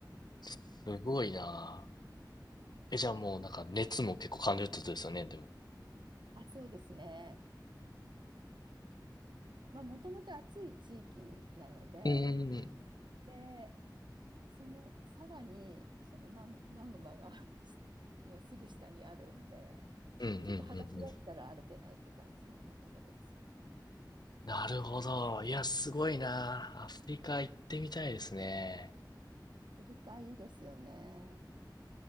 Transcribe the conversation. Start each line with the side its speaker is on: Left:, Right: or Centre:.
Left: すごいなー。え、じゃあもうなんか熱も結構感じるってことですよね、でも。
Right: あ、そうですね。まあ、もともと暑い地域なので、
Left: うんうんうん。
Right: で、そのさらにそのマグ、マグマが <laughs> のすぐ下にあるんで、
Left: うんうんうんうん。
Right: ちょっと裸足だったら歩けないって感じのとこです。
Left: なるほど。いや、すごいな。アフリカ行ってみたいですね。
Right: 振り替えいいですよね。